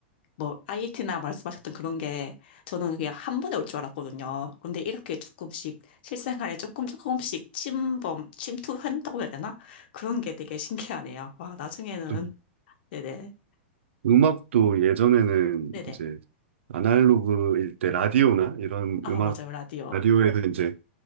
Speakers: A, on the left; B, on the right.
A: 뭐, IET나 말씀하셨던 그런 게 저는 그냥 한 번에 올 줄 알았거든요. 근데 이렇게 조금씩 실생활에 조금 조금씩 침범, 침투한다고 해야 되나? 그런 게 되게 신기하네요. 와, 나중에는.
B: 좀
A: 네네.
B: 음악도 예전에는
A: 네네.
B: 이제 아날로그일 때 라디오나 이런
A: 아,
B: 음악
A: 맞아요. 라디오.
B: 라디오에서 이제